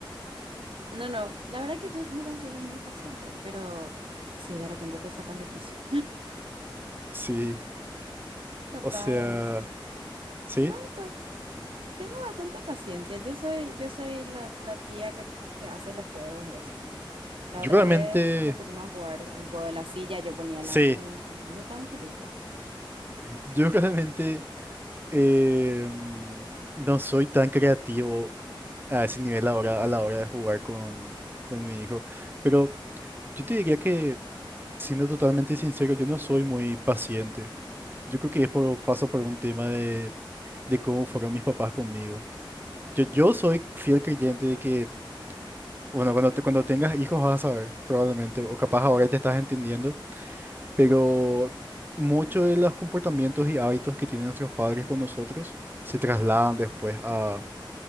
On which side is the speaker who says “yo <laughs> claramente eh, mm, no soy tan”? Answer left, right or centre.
Right